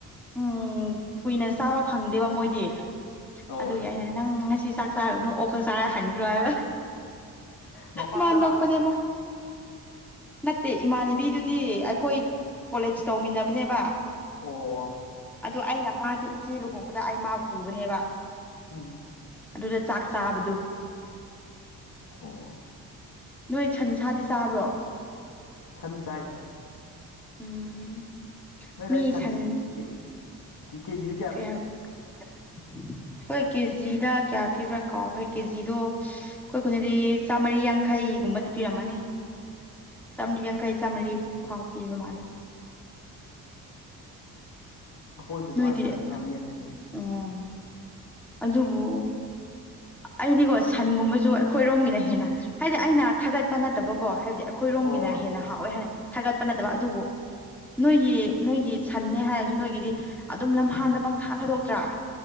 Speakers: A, in the centre; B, on the left (about 55°).
A: ꯎꯝ ꯀꯨꯏꯅ ꯆꯥꯕ ꯐꯪꯗꯦꯕ ꯃꯣꯏꯗꯤ
B: ꯍꯣꯏ
A: ꯑꯗꯨꯒꯤ ꯑꯩꯅ ꯅꯪ ꯉꯁꯤ ꯆꯥꯛ ꯆꯥꯔꯨꯅꯨ ꯑꯣꯛꯈꯛ ꯆꯥꯔ ꯍꯟ ꯔꫭ ꯍꯥꯏꯕ
B: ꯃꯄꯥꯝꯗ
A: ꯃꯥ
B: ꯂꯥꯛꯄ
A: ꯅꫭꯛꯄꯅꯦ ꯃꯥ ꯅꯠꯇꯦ ꯏꯃꯥꯟꯅꯕꯤꯗꯨꯗꯤ ꯑꯩꯈꯣꯏ ꯀꯣꯂꯦꯖ ꯇꯧꯃꯤꯟꯅꯕꯅꯦꯕ
B: ꯑꯣ
A: ꯑꯗꯨ ꯑꯩꯅ ꯃꯥꯁꯦ ꯏꯆꯦ ꯂꯨꯍꯣꯡꯕꯗ ꯑꯩ ꯃꯥꯕꯨ ꯄꯨꯕꯅꯦꯕ
B: ꯎꯝ
A: ꯑꯗꯨꯗ ꯆꯥꯛ ꯆꯥꯕꯗꯨ
B: ꯑꯣ
A: ꯅꯣꯏ ꯁꯟ ꯁꯥꯗꯤ ꯆꯥꯕ꯭ꯔꯣ
B: ꯁꯟꯆꯥꯏꯗ
A: ꯎꯝ
B: ꯅꯣꯏ ꯑꯗꯥꯏ
A: ꯃꯤ
B: ꯁꯥꯟꯗꯨ
A: ꯁꯟ
B: <unintelligible> ꯀꯦ ꯀꯦꯖꯤꯗ ꯀꯌꯥ
A: ꯀꯩ
B: ꯄꯤ
A: ꯍꯥꯏꯕ <inaudible> ꯑꯩꯈꯣꯏ ꯀꯦꯖꯤꯗ ꯀꯌꯥ ꯄꯤꯕ꯭ꯔꯥ ꯀꯥꯎꯈ꯭ꯔꯦ ꯀꯦꯖꯤꯗꯣ ꯑꯩꯈꯣꯏ ꯈꯨꯟꯗꯗꯤ ꯆꯥꯝꯃꯔꯤ ꯌꯥꯡꯈꯩ ꯑꯩ ꯒꯨꯝꯕꯗꯤ ꯄꯤꯔꯝꯃꯔꯤ ꯌꯥꯡꯈꯩ ꯆꯥꯝꯃꯔꯤ
B: ꯎꯝ
A: ꯐꯥꯎ ꯄꯤꯕ ꯃꯥꯜꯂꯦ
B: ꯑꯩꯈꯣꯏꯁꯨ ꯑꯗꯨꯃꯥꯏꯅ
A: ꯅꯣꯏꯗꯤ
B: ꯆꯥꯝꯃꯔꯤ ꯌꯥꯡꯈꯩ ꯄꯤ
A: ꯑꯣ ꯑꯗꯨꯕꯨ ꯑꯩꯗꯤꯀꯣ ꯁꯟꯒꯨꯝꯕꯁꯨ ꯑꯩꯈꯣꯏꯔꯣꯝꯒꯤꯅ ꯍꯦꯟꯅ ꯍꯥꯏꯗꯤ ꯑꯩꯅ ꯊꯥꯒꯠꯄ ꯅꯠꯇꯕꯀꯣ ꯍꯥꯏꯕꯗꯤ ꯑꯩꯈꯣꯏꯔꯣꯝꯒꯤꯅ
B: ꯍꯣꯏ
A: ꯍꯦꯟꯅ ꯍꯥꯎꯋꯦ ꯍꯥꯏꯅ ꯊꯥꯒꯠꯄ ꯅꯠꯇꯕ ꯑꯗꯨꯕꯨ ꯅꯣꯏꯒꯤ ꯅꯣꯏꯒꯤ ꯁꯟꯅꯟꯅꯦ ꯍꯥꯏꯔ ꯅꯣꯏꯒꯤꯗꯤ ꯑꯗꯨꯝ ꯂꯝꯍꯥꯟꯗ ꯄꯪꯊꯥ ꯊꯥꯗꯣꯛꯇ꯭ꯔꯥ